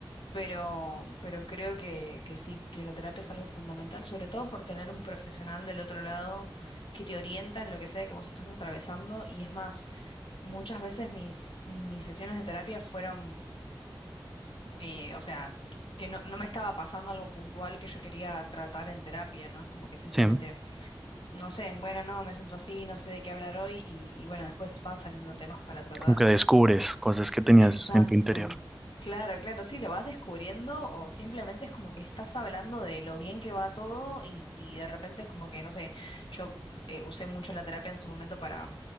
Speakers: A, on the left; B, in the centre.
A: pero, pero creo que, que sí, que la terapia es algo fundamental, sobre todo por tener un profesional del otro lado que te orienta en lo que sea que vos estás atravesando. Y es más, muchas veces mis, mis sesiones de terapia fueron, eh, o sea, que no, no me estaba pasando algo puntual que yo quería tratar en terapia, ¿no? Es como que simplemente,
B: Sí,
A: no sé, bueno, no, me siento así, no sé de qué hablar hoy y, y bueno, después van saliendo temas para tratar.
B: como que descubres cosas que tenías
A: Exacto.
B: en tu interior.
A: Claro, claro, sí, lo vas descubriendo o simplemente es como que estás hablando de lo bien que va todo y, y de repente es como que, no sé, yo eh, usé mucho la terapia en su momento para,